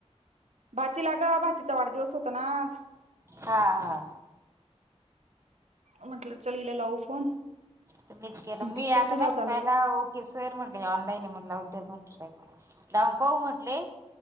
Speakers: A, on the right (about 80°); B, on the right (about 25°).
A: भाची लाग भाजीचा वाढदिवस होत आज.
B: हा हा
A: म्हटलं चल हिला लावू फोन
B: त मीच केलं
A: मग
B: मी
A: तितक्यात
B: आता
A: तुझाच
B: म
A: आला
B: पहिला ओके सर म्हण ऑनलाईन म्हला उद म्हट लाऊन पाहू म्हटले.